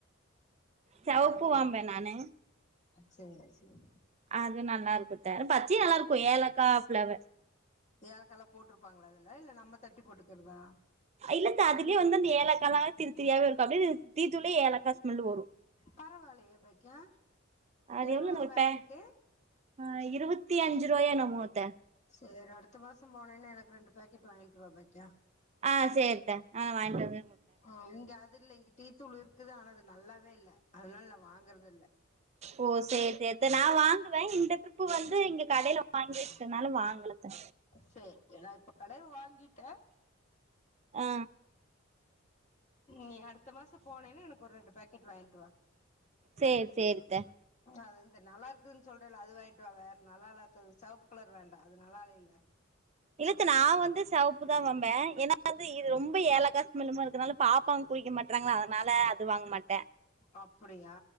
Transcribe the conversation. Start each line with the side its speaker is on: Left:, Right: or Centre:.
Right: செவப்பு
Left: ம்
Right: வாம்பே நானு
Left: சேர் சேரி
Right: அது நல்லா இருக்குத்தே பச்சியு நல்லா இருக்கு ஏலக்கா ஃப்ளேவர்
Left: ஏலக்கல்லா போட்ருப்பாங்களா அதுல இல்ல நம்ம தட்டி போட்டுக்குறதா
Right: அ இல்லத்த அதுலயே வந்து அந்த ஏலக்கால்லா திரித்திரியாவே இருக்கு அப்டியே தீ தூளே ஏலக்கா ஸ்மெல் வரு
Left: பரவாயில்லயே பாக்யொ
Right: அது
Left: எவ்ளோ
Right: எவ்ளோன்னு ஒரு
Left: பாக்கெட்டு
Right: பே ஆ இருவத்தி அஞ்சிருவாயோ என்னாமோ அத்த
Left: சேரி அடுத்த மாசம் போனேனா எனக்கு ரெண்டு பாக்கெட் வாய்ன்ட்டு வா பாக்யொ
Right: ஆ சேர் த்த ஆ வாய்ன்ட்டு வ
Left: ஆ இங்க அது இல்ல இங்க டீ தூள் இருக்குது ஆனா அது நல்லாவே இல்ல அதுனால நா வாங்குறதில்ல
Right: ஓ சேரி சேர் த்த நா வாங்குவ இந்த ட்ரிப்பு வந்து இங்க கடைல வாங்கி வெச்சிட்டதால வாங்கலத்த
Left: சேரி நா இப்ப கடையில வாங்கிட்டே
Right: ஆ
Left: நீ அடுத்த மாசொ போனேன்னா எனக்கு ஒரு ரெண்டு பாக்கெட் வாய்ன்ட்டு வா
Right: சேரி சேரித்த
Left: அது இந்த நல்லா இருக்குதுன் சொல்றேல்ல அது வாய்ன்ட்டு வா வேற நல்லா இல்லாது செவப்பு கலர் வேண்டா அது நல்லாவே இல்ல
Right: இல்லத்த நா வந்து செவப்புதா வம்பே ஏன்னா வந்து இது ரொம்ப ஏலக்கா ஸ்மல் மார் இருக்கனால பாப்பாங்க குடிக்க மாட்றாங்ளா அதனால அது வாங்க மாட்ட
Left: அப்டியா